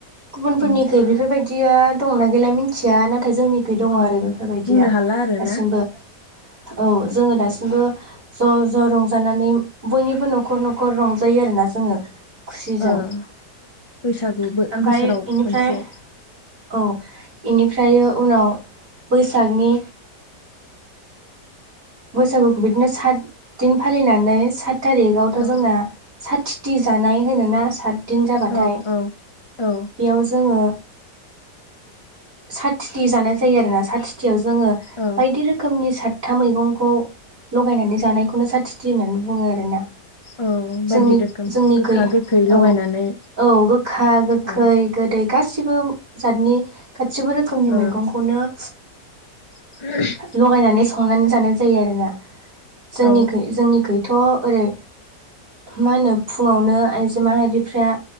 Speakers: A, on the right; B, on the left.
A: गुबुनफोरनिख
B: अ
A: बेफोरबायदि बिदिया दंना गैला मिथिया नाथाय जोंनिख दङ
B: औ
A: आरो। बेफोरबायदिया
B: बुंनो हाला आरोना
A: दासिमबो औ जोङो दासिमबो ज' ज' रंजानानै बयनिबो न'खर न'खर रंजायो आरोना जोङो खुसिजों
B: ओ
A: ओमफ्राय
B: बैसागु बोसोराव
A: बेनिफ्राय
B: खनसे
A: औ इनिफ्र उनाव बैसागनि बैसागुखौ बिदिनो सात दिन फालिनानै सात थारिखआवथ'
B: औ
A: जोंना साथिथि जानाय होनोोना सातदिन जाबाथाय
B: औ औ औ
A: बेयाव जोङो साथथिथि जानाय जायो आरोना साथथिथियाव जोङो
B: औ
A: बायदि रोखोमनि सातथा मैगंखौ खौ लगायनानै जानायखौनो सातथिथि होननानै बुङो आरोना
B: औ बायदि
A: जोंनि
B: रोखोम
A: जोंनिखै
B: गोखा गोखै लगायनानै
A: औ औ गोखा गोखै
B: औ
A: गोदै गासिबो जातनि गासिबो रोखोमनि
B: औ
A: मैगंखौनो
B: <unintelligible>
A: लगायनानै संनानै जानाय जायो आरोना जोंनिखै
B: औ
A: जोंनिखैथ' ओरै मा होनो फुङावनो आइजो माहारिफ्रा